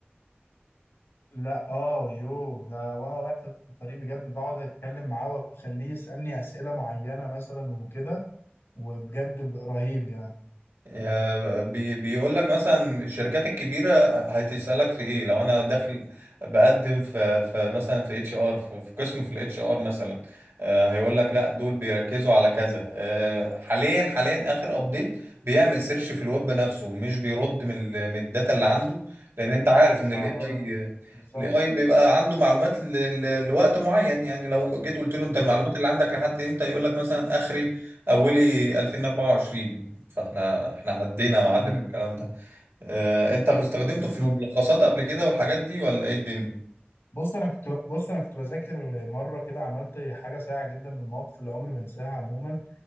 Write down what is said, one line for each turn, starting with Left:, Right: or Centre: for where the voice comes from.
Left: لا اه يو ده وانا رايح في الطريق بجد بقعد اتكلم معاه واخليه يسالني اسئله معينه مثلا وكده وبجد ب- رهيب يعني
Right: آه، بي بيقول لك مثلا الشركات الكبيره هتسالك في ايه لو انا داخل بقدم في في مثلا في اتش ار في في قسم في الاتش ار مثلا آه، هيقول لك لا دول بيركزوا على كذا آه، حاليا حاليا اخر ابديت بيعمل سيرش في الويب نفسه مش بيرد من ال- من الداتا اللي عنده لان انت عارف ان الاي
Left: اه اه
Right: اي
Left: بالظبط
Right: الاي اي بيبقى عنده معلومات ل... ل... لوقت معين يعني لو جيت قلت له انت
Left: بالظبط
Right: المعلومات اللي عندك لحد امتى يقول لك مثلا اخري اولي 2024 فاحنا احنا عدينا يا معلم
Left: امم
Right: الكلام ده اه انت استخدمته
Left: بالظبط
Right: في الملخصات قبل كده والحاجات دي ولا ايه الدنيا
Left: بص انا كنت ب- بص انا كنت بذاكر مره كده عملت حاجه سيئه جدا من المواقف اللي عمري ما انساها عموما